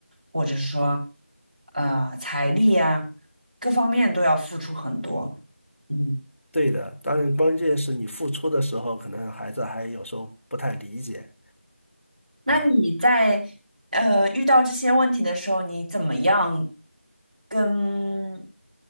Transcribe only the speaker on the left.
对的。当然，关键是你付出的时候，可能孩子还有时候不太理解
啊。